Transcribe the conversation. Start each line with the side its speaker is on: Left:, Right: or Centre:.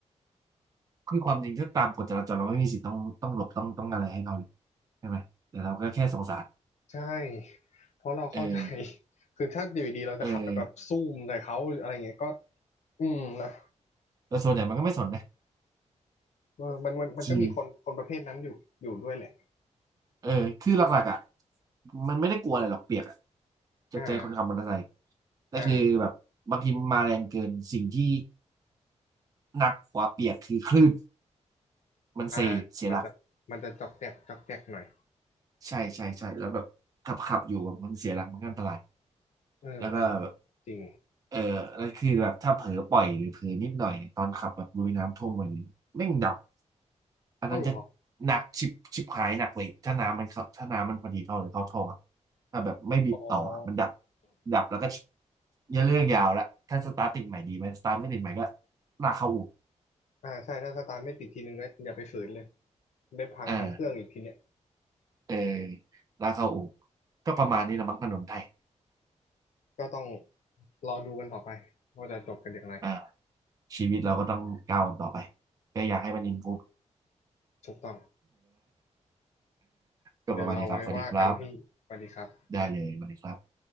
Right: คือความจริงถ้าตามกฎจราจรเราไม่มีสิทธิ์ต้องต้องหลบต้องต้องอะไรให้เขาเลยใช่ไหมแต่เราก็แค่สงสาร
Left: ๆใช่เพราะเราเข้าใจ
Right: เออ
Left: <laughs> คือถ้าอยู่ดีๆเราจะขับไปแบบซูมใส่เขาหรืออะไรเงี้ยก็
Right: เออ
Left: อืมนะ
Right: แต่ส่วนใหญ่มันก็ไม่สนนะ
Left: เออมันมันมันก็มีคนคนประเภทนั้นอยู่อยู่ด้วยแหละ
Right: คือเออคือหลักๆอ่ะมันไม่ได้กลัวอะไรหรอกเปียกอะจากใจคนขับมอเตอร์ไซค์
Left: อ่า
Right: แต่คือแบบบางทีมันมาแรงเกินสิ่งที่
Left: อ่า
Right: หนักกว่าเปียกคือคลื่น มันเซเสียหลัก
Left: อ่า มันจะมันจะจอกแจกจอกแจกหน่อย
Right: ใช่ใช่ใช่แล้วแบบขับขับอยู่แบบมันเสียหลักมันก็อันตราย
Left: เอออันนี้
Right: แล้วก็แบบ
Left: จริง
Right: เออแล้วคือแบบถ้าเผลอปล่อยหรือเผลอนิดหน่อยเนี่ยตอนขับแบบลุยน้ำท่วมไปเนี่ยแม่งดับอันนั้นจะ
Left: เอ้าเหรอ
Right: หนักชิบชิบหายหนักเลยถ้าน้ำมันเข้าถ้าน้ำมันพอดีท่อหรือเข้าท่ออะถ้าแบบไม่บิดต่ออะมันดับ
Left: อ๋อ
Right: ดับแล้วก็เยอะเรื่องยาวละถ้าสตาร์ทติดใหม่ดีไหมสตาร์ทไม่ติดใหม่ก็ลากเข้าอู่
Left: อ่า ใช่ ถ้าสตาร์ทไม่ติดทีนึงก็อย่าไปฝืนเลย ได้พังทั้งเครื่องอีกทีเนี้ย
Right: อ่าเออลากเข้าอู่ก็ประมาณนี้ละมั้งถนนไทย
Left: ก็ต้องรอดูกันต่อไปว่าจะจบกันอย่างไร
Right: อ่า ชีวิตเราก็ต้องก้าวกันต่อไปก็อยากให้มัน improve
Left: ถูกต้อง
Right: ก็ประมาณนี้ครับสวัสดีครับ
Left: เดี๋ยวเราไว้ว่ากันพี่สวัสดีครับ
Right: ได้เลยสวัสดีครับ